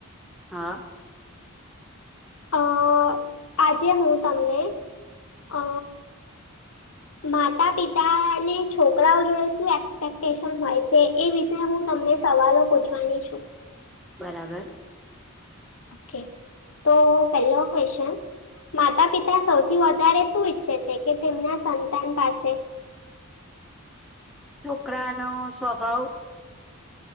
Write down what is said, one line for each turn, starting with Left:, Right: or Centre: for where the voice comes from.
Centre: હા.
Left: અ આજે હું, તમને અ માતા પિતા ને છોકરાઓ જોડે શુ એક્સપેક્ટેશન હોય છે, એ વિષ હું તમને સવાલો પૂછવાની છુ.
Centre: બરાબર
Left: ઓકે, તો પેલો ક્વેશચન માતા પિતા સૌથી વધારે શું ઈચ્છે છે, કે તેમના સંતાન પાસે <unintelligible>
Centre: છોકરા, નો સ્વભાવ